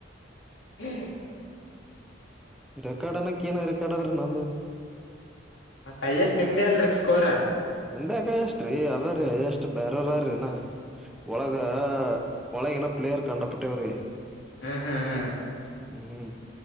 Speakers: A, on the left; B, in the centre.
A: ಹ್ಮ್
B: ರೆಕಾರ್ಡ್ ಅನಕ್ಕ ಎನ ರೆಕಾರ್ಡ್ ಆದ್ರೆ ನಮ್ದು
A: ಹೈಯ್ಯಷ್ಟ್ ನಿಮ್ದೇ ಅಲ್ರೀ ಸ್ಕೋರಾ
B: ನಂದ್ಯಾಕ್ ಹೈಯೆಸ್ಟ್ ರಿ ಅದರ್ ರಿ ಹೈಯೆಸ್ಟ್ ಬೇರವರ್ರ ಅದರ ಇನ್ನ ಒಳಗ ಒಳಗ್ ಇನ್ನ ಪ್ಲೇಯರ್ ಕಂಡಪಟ್ಟವ್ರ ರಿ
A: ಹ ಹ ಹ
B: ಹ್ಮ್